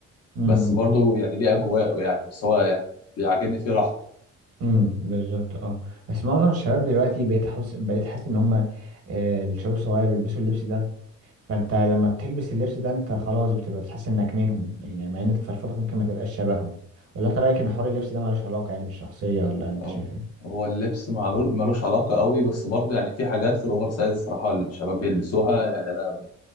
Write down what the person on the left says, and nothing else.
بس برضه يعني ليه اجواءه يعني بس هو يعني بيعجبني فيه راحته
أو
هو اللبس معلو- ملوش علاقة قوي بس برضه يعني في حاجات في الأوفر سايز صراحة الشباب بيلبسوها يعني أنا